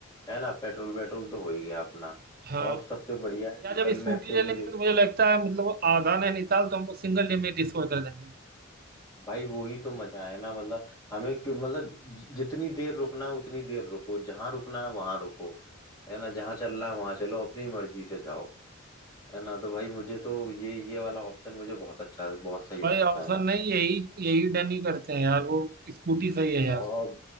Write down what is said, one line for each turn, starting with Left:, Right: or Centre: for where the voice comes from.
Left: है ना पेट्रोल वेट्रोल तो हो ही गया अपना
Right: हाँ
Left: और सबसे बढ़िया है
Right: यार
Left: गूगल
Right: जब स्कूटी
Left: मैप पे
Right: ले
Left: भी
Right: लेंगे
Left: देखो
Right: तो मुझे लगता है मतलब आधा नैनीताल तो हमको सिंगल डे में डिस्कवर कर देंगे
Left: भाई वही तो मजा है ना मतलब हमें क्यों मतलब जि- जितनी देर रुकना है उतनी देर रुको जहाँ रुकना है वहां रुको है ना जहाँ चलना है वहां चलो अपनी मर्जी से जाओ है ना तो भाई मुझे तो ये ये वाला ऑप्शन मुझे बहुत अच्छा बहुत सही
Right: भाई
Left: लगता
Right: ऑप्शन
Left: है
Right: नहीं यही यही डन ही करते हैं यार वो स्कूटी सही है यार
Left: और